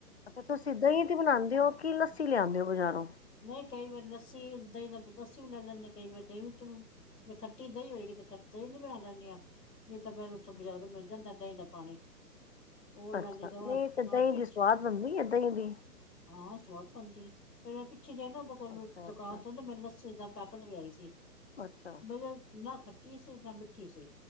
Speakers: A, on the left; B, on the left.
A: ਅੱਛਾ ਤੁਸੀ ਦਹੀ ਤੇ ਬਣਾਉਦੇ ਹੋ ਕਿ ਲੱਸੀ ਲਿਆਦੇ ਹੋ ਬਜ਼ਾਰੋਂ
B: ਨਹੀਂ ਕਈ ਵਾਰ ਲੱਸੀ, ਦਹੀਂ ਦਾ ਲੱਸੀ ਵੀ ਲੈ ਲੈਂਦੇੇ, ਕਈ ਵਾਰ ਦਹੀਂ ਚ ਜੇ ਖੱਟੀ ਦਹੀਂ ਹੋਏਗੀ, ਤੇ ਖ ਦਹੀਂ ਨੀ ਬਣਾ ਲੈਂਦੇ ਹਾਂ। ਨਹੀਂ ਤਾਂ ਫਿਰ, ਉੱਥੋਂ ਬਾਜ਼ਾਰੋਂ ਮਿਲ ਜਾਂਦਾ ਦਹੀਂ ਦਾ ਪਾਣੀ। ਹੋਰ ਲੈਗੇ,
A: ਅੱਛਾ
B: ਜਵਾ
A: ਨਹੀਂ ਤੇ
B: ਹਾਂ
A: ਦਹੀਂ
B: ਪਿੱਠ
A: ਦੀ ਸਵਾਦ ਬਣਦੀ ਹੈ ਦਹੀਂ ਦੀ
B: ਹਾਂ ਸਵਾਦ ਬਣਦੀ ਆ। ਫੇਰ ਪਿੱਛੇ, ਜੇ ਨਾ ਉਹਦੇ ਕੋਲ
A: ਅੱਛਾ
B: ਦੁਕਾਨ
A: ਅੱਛਾ
B: ਤੋਂ ਨਾ ਮੈ ਲੱਸੀ ਦਾ ਪੈਕਟ ਲਿਆਈ ਸੀ
A: ਅੱਛਾ
B: । ਨਾ ਖੱਟੀ ਸੀ, ਨਾ ਮਿੱਠੀ ਸੀ,